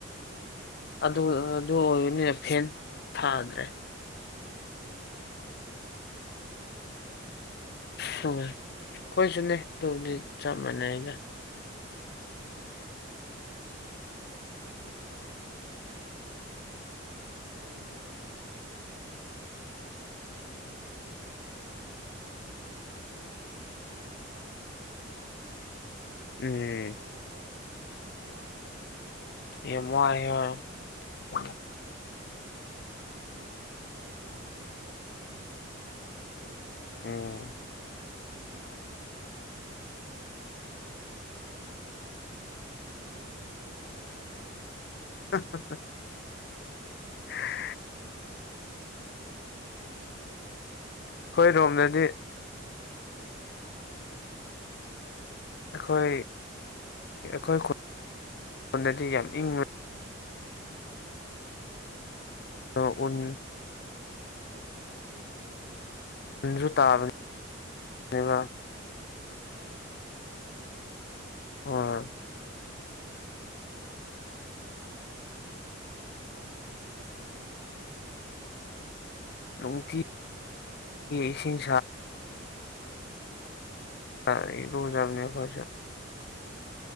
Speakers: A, on the right (about 90°); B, on the left (about 50°).
A: ꯑꯩꯗꯤ
B: ꯑꯗꯨ ꯑꯗꯨ ꯑꯣꯏꯅꯤꯅ
A: ꯇꯨꯝꯕ
B: ꯐꯦꯟ
A: ꯀꯥꯟꯗ
B: ꯊꯥꯗ꯭ꯔꯦ
A: ꯑꯩꯗꯤ ꯇꯨꯝꯃꯀꯥꯟꯗ ꯐꯨꯔꯤꯠ ꯍꯥꯔꯞꯇꯗꯤ ꯇꯨꯝꯕ ꯍꯩꯇꯦ
B: ꯍ ꯑꯩꯏꯁꯨꯅꯦ ꯑꯗꯨꯝꯗꯤ ꯆꯞ ꯃꯥꯟꯅꯩ ꯑꯩꯅ
A: ꯍꯔꯣꯕꯗꯤ ꯂꯉ ꯍꯥꯏ ꯀꯂꯅ ꯏꯔꯨꯕ ꯈꯛꯇꯅꯤ ꯅꯨꯡꯉꯥꯏꯔꯤꯁꯦ ꯀꯣꯏꯕ ꯆꯠꯄ ꯀꯣ
B: ꯎꯝ
A: ꯊꯕꯛ ꯇꯧꯕ ꯌꯥꯝ ꯋꯥꯉꯑꯦꯕ
B: ꯏ ꯃꯣꯏ ꯑ ꯑ
A: ꯅꯤꯡꯊꯝꯊꯥꯗꯗꯤ ꯊꯕꯛ ꯁꯨꯉꯁꯨ ꯅꯨꯡꯉꯥꯏꯕꯅꯦ ꯊꯟꯊꯥꯗ ꯅꯨꯡꯉꯥꯏꯇꯕ
B: ꯎꯝ
A: ꯃꯥꯅ ꯏꯔꯨꯕ ꯏꯔꯁ ꯈꯔ ꯋꯥꯏ
B: ꯍ ꯍ ꯍ <unintelligible>
A: ꯑꯇꯩꯁꯦ ꯂꯣꯏ ꯅꯨꯡꯉꯥꯏ ꯇꯨꯝꯃꯁꯨ ꯅꯨꯡꯉꯥꯏꯗꯅ
B: ꯑꯩꯈꯣꯏ ꯔꯣꯝꯗꯗꯤ
A: ꯍꯥꯏ
B: ꯑꯩꯈꯣꯏ ꯑꯩꯈꯣꯏꯣꯟꯗꯗꯤ ꯌꯥꯝ ꯏꯪꯕ
A: ꯑꯩꯈꯣꯏꯁꯨ
B: ꯑꯣꯟ
A: ꯐꯖꯨꯞꯇꯣ ꯑꯅꯤ ꯑꯍꯨꯝ ꯂꯧꯔꯦ
B: ꯟꯁꯨ ꯇꯥꯕꯅꯤꯕ <inaudible>
A: ꯍꯧꯒꯠꯕꯗꯤ ꯇꯜꯂꯦꯍꯦ
B: ꯍꯣꯏ
A: ꯅꯤꯡꯊꯝꯊꯥꯗꯗꯤ ꯍꯧꯖꯤꯛ ꯀꯥꯂꯦꯟꯗꯗꯤ ꯄꯨꯡ ꯇꯔꯦꯠ ꯅꯤꯄꯜ
B: ꯅꯨꯡꯇꯤꯒꯤ
A: ꯅꯨꯃꯤꯠꯊꯣꯛ ꯄꯨꯊꯣꯛꯑꯗꯤ
B: ꯏꯁꯤꯡ
A: ꯁꯥꯕꯅ ꯇꯝꯕ ꯌꯥꯗꯦ
B: ꯑ ꯏꯕꯨꯖꯝꯅꯤ ꯈꯣꯏꯖ <inaudible>